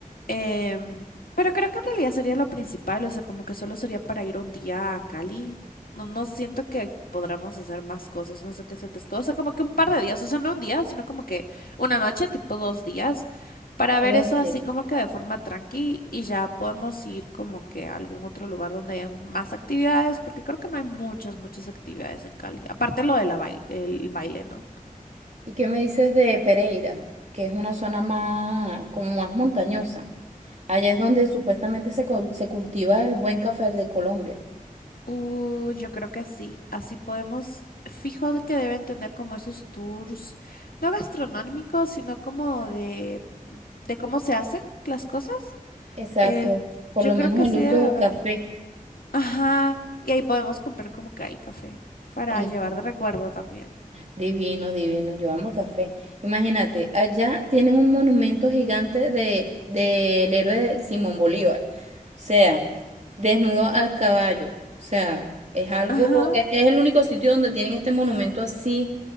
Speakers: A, on the left; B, on the right.
A: Em, pero creo que en realidad sería lo principal, o sea, como que solo sería para ir un día a Cali. No, no siento que podamos hacer más cosas, no sé qué sientes tú. O sea, como que un par de días, o sea, no un día, sino como que una noche, tipo dos días, para
B: Algo
A: ver eso
B: así.
A: así como que de forma tranqui y ya podemos ir como que a algún otro lugar donde hayan más actividades, porque creo que no hay muchas, muchas actividades en Cali. Aparte lo de la baile, el baile, ¿no?
B: ¿Y qué me dices de Pereira, que es una zona más, como más montañosa? Allá es donde supuestamente se, cul- se cultiva el buen café de Colombia.
A: Uh, yo creo que sí. Así podemos, fijo de que deben tener como esos tours, no gastronómicos, sino como de, de cómo se hacen las cosas.
B: Exacto,
A: Eh,
B: por
A: yo
B: lo
A: creo
B: menos
A: que
B: el
A: sí
B: uso
A: debe
B: del
A: haber.
B: café.
A: Ajá. Y ahí podemos comprar como que hay café para
B: el-
A: llevar de recuerdo también.
B: Divino, divino, yo amo el café. Imagínate, allá tienen un monumento gigante de, del héroe de Simón Bolívar, o sea, desnudo al caballo, o sea, es algo,
A: Ajá.
B: es, es el único sitio donde tienen este monumento así